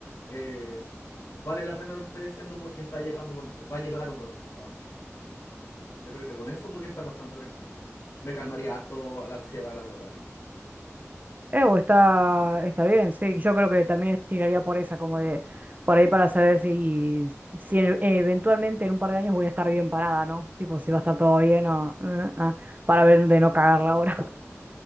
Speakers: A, on the left (about 60°); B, on the right (about 35°).
A: eh, vale la pena lo que estoy haciendo porque está llegando un buen resu- va a llegar un buen resultado. Yo creo que con eso podría estar bastante tranquilo. Me calmaría harto a la ansiedad, la verdad.
B: Ew, está, está bien, sí. Yo creo que también tiraría por esa, como de por ahí para saber si, si e- eventualmente en un par de años voy a estar bien parada, ¿no? Tipo, si va a estar todo bien o eh, ah, para ver de no cagarla ahora.